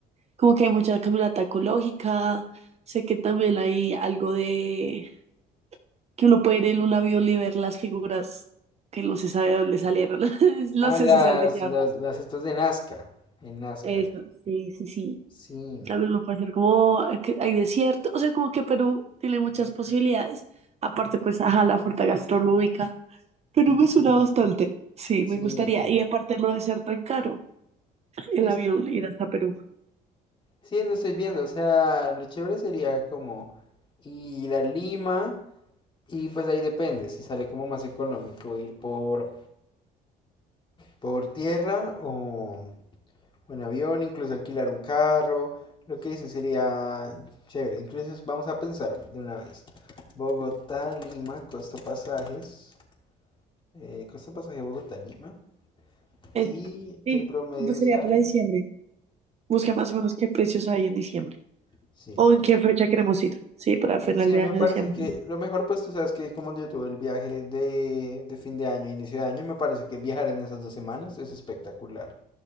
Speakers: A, on the right; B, on the left.
A: Como que hay mucha caminata ecológica, sé que también hay algo de que uno puede ir en un avión y ver las figuras que no se sabe de dónde salieron, <laughs> no
B: Ah,
A: sé
B: No, las,
A: si sabes de qué
B: las,
A: hablo.
B: las estas de Nazca, en Nazca,
A: Eso, sí, sí, sí.
B: sí,
A: También lo puede hacer como que hay desierto, o sea, como que Perú tiene muchas posibilidades. Aparte, pues, ajá, la oferta gastronómica. Pero me suena bastante. Sí,
B: sí,
A: me gustaría. Y aparte no debe ser tan caro el
B: sí, es-
A: avión ir hasta Perú.
B: sí, no estoy viendo, o sea, lo chévere sería como ir a Lima Y pues ahí depende, si sale como más económico ir por, por tierra o, en avión, incluso alquilar un carro. Lo que dice sería chévere. Incluso vamos a pensar de una vez. Bogotá, Lima, costo pasajes. eh, costo pasaje Bogotá, Lima.
A: Es-
B: Y
A: sí,
B: el promedio
A: pues sería
B: sale.
A: para diciembre. Busca más o menos qué precios hay en diciembre.
B: Sí.
A: O en qué fecha queremos ir. Sí, para final
B: Sí, a
A: de
B: mí
A: año,
B: me parece
A: diciembre.
B: que lo mejor, pues tú sabes que como yo tuve el viaje de, de fin de año, inicio de año, me parece que viajar en esas dos semanas es espectacular.